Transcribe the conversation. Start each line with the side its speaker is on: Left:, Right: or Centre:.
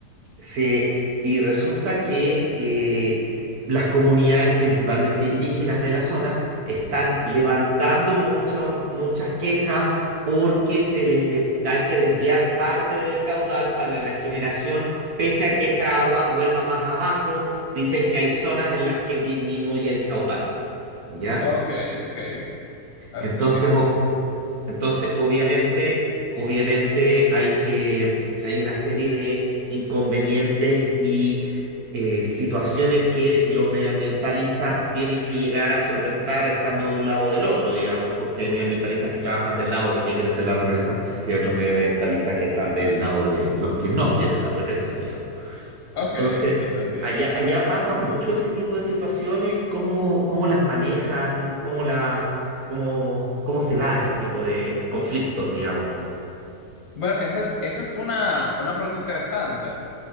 Right: se, y resulta que eh, las comunidades, principalmente indígenas de la zona, están levantando muchos- muchas quejas porque se les de- hay que desviar parte del caudal para la generación, pese a que esa agua vuelva más abajo, dicen que hay zonas en las que disminuye el caudal, ¿ya?
Left: ok, ok. ¿Hace
Right: Entonces,
Left: sentido?
Right: o- entonces, obviamente, obviamente hay que, hay una serie de inconvenientes y eh, situaciones que los medioambientalistas tienen que llegar a solventar estando de un lado o del otro, digamos, porque hay medioambientalistas que trabajan del lado del que quiere hacer la represa y hay otros medioambientalistas que están del lado de los que no quieren la represa, digamos.
Left: Ok,
Right: Entonces,
Left: entiendo, entiendo.
Right: allá, allá pasa mucho ese tipo de situaciones, ¿cómo, cómo las manejan? ¿Cómo las, cómo, cómo se da ese tipo de conflictos, digamos?
Left: Bueno, esa, esa es una, una pregunta interesante